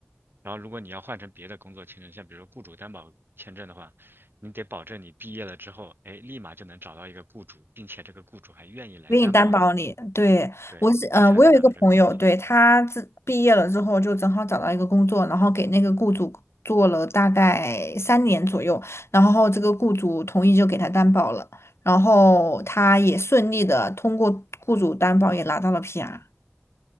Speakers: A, on the right (about 55°); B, on the left (about 85°).
A: 然后如果你要换成别的工作签证，像比如说雇主担保签证的话，你得保证你毕业了之后，哎，立马就能找到一个雇主，并且这个雇主还愿意来担保你，
B: 我给你担保你，对，
A: 对，
B: 我是，
A: 你才能拿到这个工钱，
B: 嗯、我有一个朋友，对，他自毕业了之后就正好找到一个工作，然后给那个雇主做了大概三年左右，然后这个雇主同意就给他担保了，然后他也顺利的通过雇主担保也拿到了 PR。